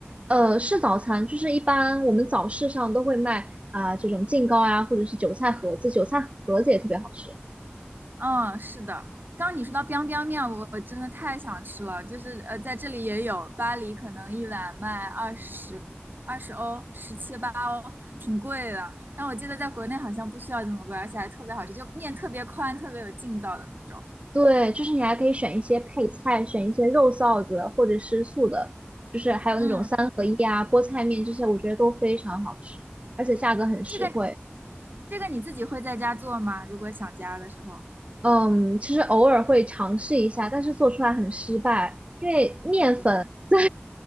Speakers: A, on the right; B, on the right.
A: 呃，是早餐，就是一般我们早市上都会卖啊、这种杏糕啊，或者是韭菜盒子，韭菜盒子也特别好吃。
B: 嗯，是的。刚刚你说到 biang biang 面，我我真的太想吃了。就是呃，在这里也有，巴黎可能一碗卖二十二十欧，十七八欧，挺贵的。但我记得在国内好像不需要这么贵，而且还特别好吃，就面特别宽，特别有劲道的那种。
A: 对，就是你还可以选一些配菜，选一些肉臊子或者是素的，就是还有那种三合一啊、
B: 嗯，
A: 菠菜面这些，我觉得都非常好吃，而且价格很实惠。
B: 这个这个你自己会在家做吗？如果想家的时候。
A: 嗯，其实偶尔会尝试一下，但是做出来很失败，因为面粉，<laughs> 对，